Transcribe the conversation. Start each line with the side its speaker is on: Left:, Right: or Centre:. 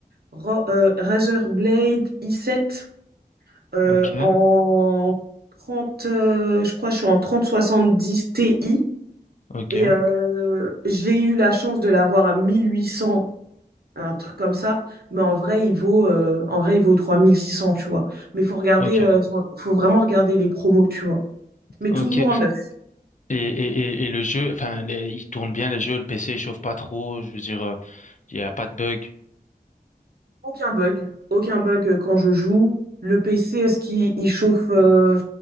Right: Ro- euh, Razer Blade i7 euh,
Left: Ok,
Right: en 30 euh, je crois que je suis en trente soixante dix Ti.
Left: ok,
Right: Et euh, j'ai eu la chance de l'avoir à mille huit cents un truc comme ça. Mais en vrai, il vaut, euh, en vrai, il vaut trois mille six cents tu vois. Mais faut regarder,
Left: ok,
Right: euh, faut, faut vraiment regarder les promos, tu vois. Mais
Left: ok.
Right: toujours en neuf.
Left: Et, et, et, et le jeu, enfin, les- il tourne bien les jeux, le PC il chauffe pas trop, je veux dire, euh, il y a pas de bug.
Right: Aucun bug, aucun bug euh, quand je joue. Le PC, est-ce qu'il il chauffe euh,